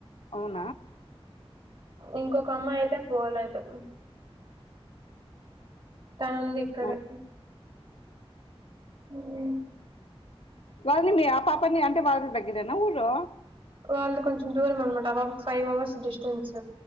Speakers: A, on the left (about 70°); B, on the right (about 55°).
A: ఆ
B: ఇంకొక అమ్మాయి అయితే పోలేదు తనుంది ఇక్కడే.
A: ఊ
B: హ్మ్.
A: వాళ్ళది మీ ఆ పాపని అంటే వాళ్ళ దగ్గరేనా ఊరు
B: వాళ్ళు కొంచెం దూరం అనమాట వాళ్లు five hours distance